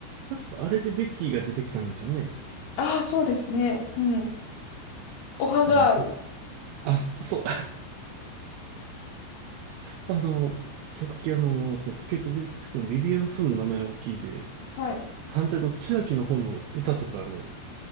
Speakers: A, on the right; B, on the left.
A: 確かあれでベッキーが出てきたんですよね。
B: ああ、そうですね。うん。おはガール。
A: あ、でもそあ、そそう、あの、さっきあの、そのポケットビスケッツのビビアン・スンの名前を聞いて、
B: はい。
A: 反対の千秋の方の歌とか、あの、